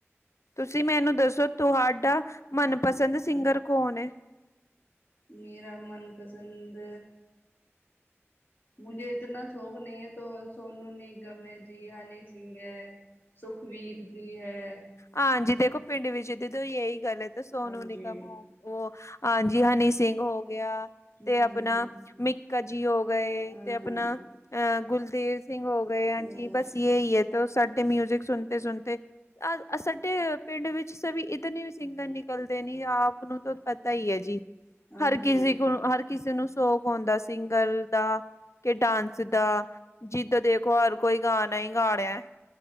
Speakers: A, on the left; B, on the left.
A: ਤੁਸੀਂ ਮੈਨੂੰ ਦੱਸੋ ਤੁਹਾਡਾ ਮਨਪਸੰਦ ਸਿੰਗਰ ਕੌਣ ਏ?
B: ਮੇਰਾ ਮਨਪਸੰਦ ਮੁਝੇ ਇਤਨਾ ਸ਼ੌਕ ਨਈ ਐ ਤੋ ਸੋਨੂ ਨਿਗਮ ਐ ਜੀ, ਹਨੀ ਸਿੰਘ ਐ। ਸੁਖਵੀਰ ਜੀ ਹੈ।
A: ਹਾਂਜੀ ਦੇਖੋ, ਪਿੰਡ ਵਿੱਚ ਦੀਦੇ ਯੇਈ ਗੱਲ ਐ ਤੇ ਸੋਨੂੰ
B: ਹਾਂਜੀ
A: ਨਿਗਮ ਵੋ ਹਾਂਜੀ ਹਨੀ ਸਿੰਘ ਹੋ ਗਿਆ।
B: ਹਮ
A: ਤੇ ਆਪਣਾ ਮਿੱਕਾ ਜੀ ਹੋ ਗਏ
B: ਹਾਂ
A: ਤੇ ਆਪਣਾ ਅ ਗੁਲਦੇਵ ਸਿੰਘ ਹੋ ਗਏ ਹਾਂਜੀ
B: ਹਾਂ
A: ਬਸ ਯੇ ਈ ਤੋ ਸਾਡੇ ਮਿਊਜਿਕ ਸੁਣਤੇ-ਸੁਣਤੇ ਅ ਸਾਡੇ ਪਿੰਡ ਵਿੱਚ ਸਭ ਇੱਤਨੇ ਸਿੰਗਰ ਨਿਕਲਦੇ ਨੀ ਆਪ ਤੁਹਾਨੂੰ ਤੈ ਪਤਾ ਈ ਐ ਜੀ,
B: ਹਾਂਜੀ
A: ਹਰ ਕਿਸੀ ਕੋਲ ਹਰ ਕਿਸੇ ਨੂੰ ਸ਼ੌਕ ਹੁੰਦਾ ਸਿੰਗਰ ਦਾ, ਕੇ ਡਾਂਸ ਦਾ। ਜਿੱਦ ਦੇਖੋ ਹਰ ਕੋਈ ਗਾਣਾ ਈ ਗਾ ਰਿਆ।